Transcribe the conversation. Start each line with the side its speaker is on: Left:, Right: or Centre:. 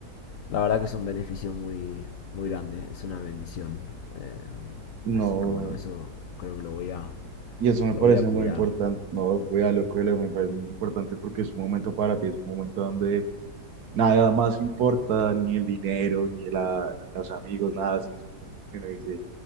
Left: La verdad que es un beneficio muy, muy grande, es una bendición. Eh,
Right: no.
Left: así que bueno, eso creo que lo voy a,
Right: Y eso me
Left: lo
Right: parece
Left: voy a cuidar.
Right: muy importante. No, cuídalo, cuídalo, me parece muy importante porque es un momento para ti, es un momento donde nada más importa, ni el dinero, ni la, los amigos, nada, sino es un que uno dice,